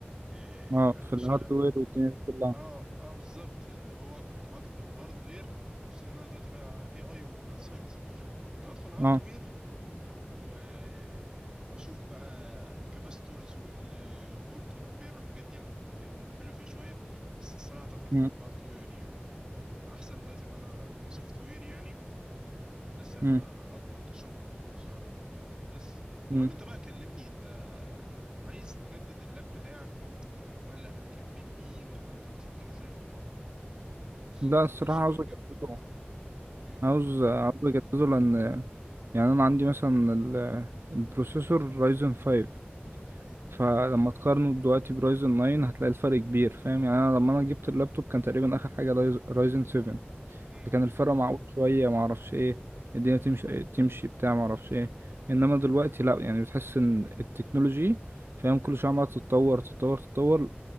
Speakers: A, on the right; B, on the right.
A: إيه
B: اه في
A: عشان
B: الهاردوير والدنيا دي كلها
A: اه اه بالظبط اللي هو كنت هدخل هاردوير خصوصا ان انا دلوقتي بقى اي اي وداتا ساينس فكنت هدخل هاردوير
B: اه
A: و... واشوف بقى الكاباستورز والفولت والامبير والحاجات دي انا كنت حلو فيها شويه بس الصراحه طفلت
B: مم.
A: من هاردوير يعني احسن دلوقتي ان انا كسوفت وير يعني بس هتبقى
B: مم.
A: اضمن كشغل وفلوس فاهم بس المهم
B: مم.
A: انت بقى كلمني انت عايز تجدد اللاب بتاعك ولا هتكمل بيه ولا انت بتفكر ازاي في الحوار ده خصوصا
B: لا
A: التكنولوجيا
B: الصراحة
A: بقت
B: عاوز أجدده
A: جامده دلوقتي امم
B: عاوز عاوز أجدده لأن يعني أنا عندي مثلا ال- البروسيسور رايزن 5
A: امم
B: فلما تقارنه دلوقتي برايزن 9 هتلاقي الفرق كبير فاهم يعني أنا لما أنا جبت اللابتوب كان تقريبا آخر حاجة رايز- رايزن 7
A: امم
B: فكان الفرق معقول شوية معرفش إيه الدنيا تمشي تمشي بتاع معرفش إيه إنما دلوقتي لأ يعني بتحس إن التكنولوجي فاهم كل شوية عمالة تتطور تتطور تتطور